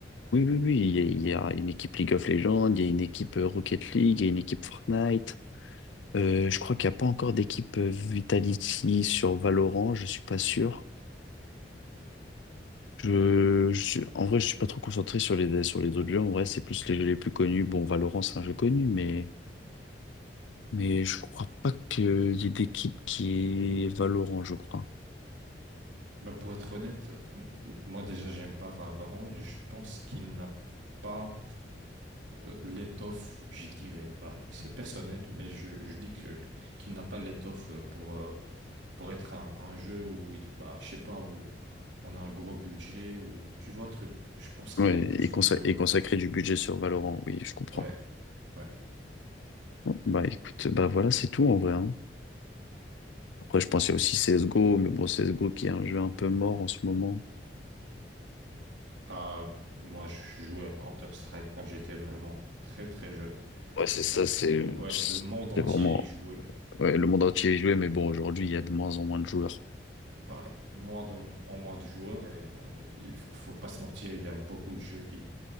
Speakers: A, on the left (about 90°); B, on the right (about 85°).
A: Oui, oui, oui, il y a, il y a une équipe League of Legends, il y a une équipe euh, Rocket League, il y a une équipe Fortnite. Euh, je crois qu'il n'y a pas encore d'équipe euh, Vitality sur Valorant, je suis pas sûr. Je, je suis- en vrai, je suis pas trop concentré sur les, sur les autres jeux. En vrai, c'est plus les jeux les plus connus. Bon, Valorant, c'est un jeu connu, mais, mais je crois pas qu'il y ait d'équipe qui est Valorant, je crois.
B: Bah, pour être honnête, euh, moi déjà j'aime pas Valorant et je pense qu'il n'a pas euh, l'étoffe, je dirais. Bah, c'est personnel, mais je, je dis que qu'il n'a pas l'étoffe euh, pour euh, pour être un, un jeu où il- bah je sais pas où on a un gros budget ou tu vois le truc. Je pense qu'il
A: Ouais,
B: a besoin
A: et, consa-
B: de
A: et consacrer du budget sur Valorant, oui, je comprends.
B: ouais ouais.
A: Bah écoute, bah voilà, c'est tout en vrai. hein. Après, je pensais aussi CSGO, mais bon, CSGO qui est un jeu un peu mort en ce moment.
B: Bah moi je jouais à Counter-Strike quand j'étais vraiment très très jeune
A: Ouais, c'est
B: et
A: ça,
B: bah
A: c'est
B: le- ouais
A: c'est
B: le monde entier
A: vraiment.
B: y jouait.
A: Ouais, le monde entier y jouait, mais bon, aujourd'hui, il y a de moins en moins de joueurs.
B: Ouais, moins de, en moins de joueurs et bah, il faut, faut pas se mentir, il y a beaucoup de jeux qui,